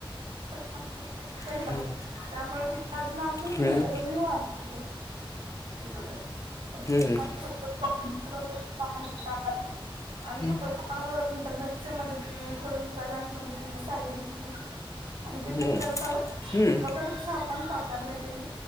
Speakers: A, on the right; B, on the left.
A: <unintelligible> पहिला
B: हम्म
A: त्यामुळे तिथ, अजून आमची माहिती
B: हम्म
A: नाही सगळ न्यू हाय ह <inaudible> <unintelligible> <unintelligible>
B: हम्म
A: आणि्
B: हम्म
A: थोडंफार इंटरनेटच्या मदतीने थोड इंस्टाग्राम मदतिने साईड इन्कम आमी ते पण
B: हम्म
A: करत आहोत
B: हम्म.
A: लोकांवर छाप पण साकारलंय तेनी